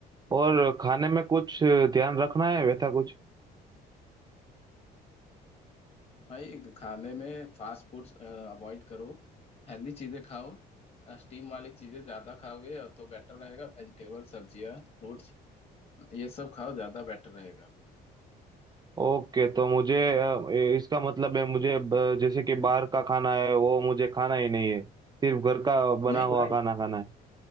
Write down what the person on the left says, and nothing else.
भाई खाने में फास्ट फूड्स अवॉइड करो हेल्दी चीजें खाओ स्टीम वाली चीजें ज्यादा खाओगे तो बेटर रहेगा वेजिटेबल सब्जियां फ्रूट्स ये सब खाओ ज्यादा बेटर रहेगा
नहीं
भाई